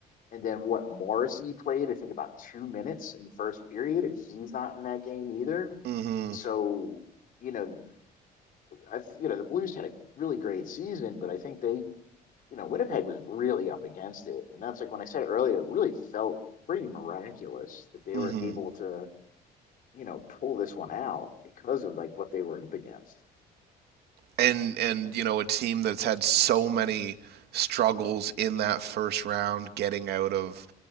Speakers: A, on the left; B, on the right.
A: And then what Morrissey played, I think about two minutes in the first period, and he's not in that game either.
B: Mhm.
A: So, you know, I, you know, the Blues had a really great season, but I think they, you know, Winnipeg was really up against it. And that's like when I said earlier, it really felt pretty miraculous that they
B: Mhm.
A: were able to, you know, pull this one out because of like what they were up against.
B: and and you know a team that's had so many struggles in that first round getting out of